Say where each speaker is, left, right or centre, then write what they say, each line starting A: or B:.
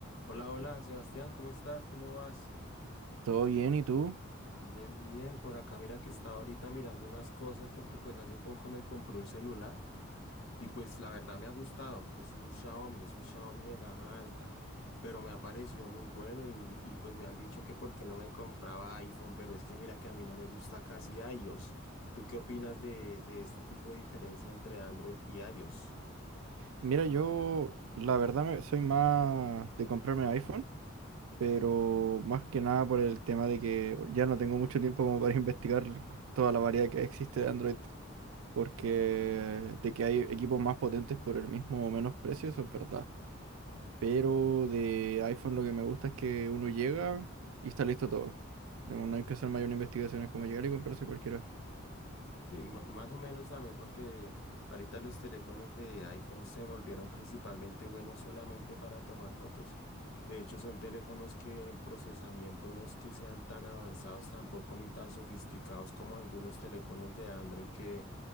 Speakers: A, on the left; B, on the right.
A: Hola, hola, Sebastián, ¿cómo estás? ¿Cómo vas?
B: Todo bien, ¿y tú?
A: Bien, bien, por acá mira que estaba ahorita mirando unas cosas porque pues hace poco me compré un celular y pues la verdad me ha gustado, es un Xiaomi, es un Xiaomi de gama alta, pero me ha parecido muy bueno y, y pues me han dicho que por qué no me compraba iPhone, pero es que mira que a mí no me gusta casi iOS. ¿Tú qué opinas de, de este tipo de diferencia entre Android y iOS?
B: Mira, yo la verdad me- soy más de comprarme iPhone, pero más que nada por el tema de que ya no tengo mucho tiempo como para <laughs> investigar toda la variedad que existe de Android, porque de que hay equipos más potentes por el mismo o menos precio, eso es verdad. Pero de iPhone lo que me gusta es que uno llega y está listo todo. Eh, No hay que hacer mayor investigaciones como llegar y comprarse cualquiera.
A: Sí, ma- más o menos también porque ahorita los teléfonos de iPhone se volvieron principalmente buenos solamente para tomar fotos. De hecho, son teléfonos que en procesamiento no es que sean tan avanzados tampoco ni tan sofisticados como algunos teléfonos de Android que